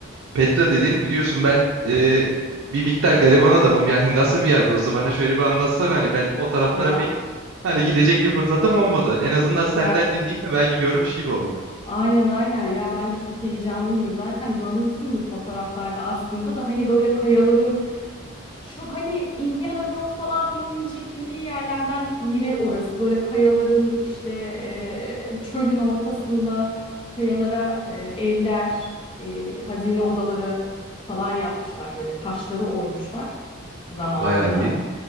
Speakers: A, on the right (about 90°); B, on the left (about 25°).
A: Petra dedin biliyorsun ben e, bir miktar gariban adamım yani <laughs> nasıl bir yer burası bana şöyle bir anlatsana hani ben o taraflara
B: ya
A: pek hani gidecek bir fırsatım olmadı. En azından senden
B: ya
A: dinleyeyim de belki görmüş gibi olurum.
B: Aynen aynen ya ben de çok heyecanlıyım. Zaten görmüşsündür fotoğraflarda aslında da hani böyle kayaların şu hani Indiana Jones falan filminin çekildiği yerlerden biri orası. Böyle kayaların işte e, çölün ortasında kayalara e, evler, e, hazine odaları falan yapmışlar böyle taşları oymuşlar zamanında.
A: Bayağı iyi.